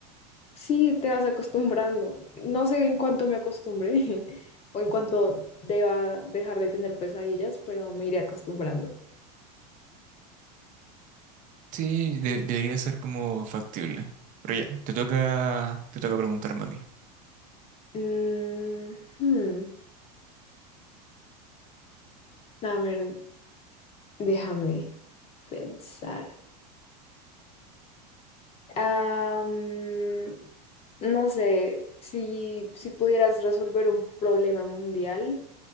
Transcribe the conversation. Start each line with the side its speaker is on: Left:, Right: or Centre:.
Left: Sí, te vas acostumbrando. No sé en cuánto me acostumbre <laughs> o en cuánto deba dejar de tener pesadillas, pero me iré acostumbrando.
Right: Sí, de- debería ser como factible. Pero ya, te toca, te toca preguntarme a mí.
Left: Mm, hmm, A ver, déjame pensar. Ah, mm, no sé, si, si pudieras resolver un problema mundial,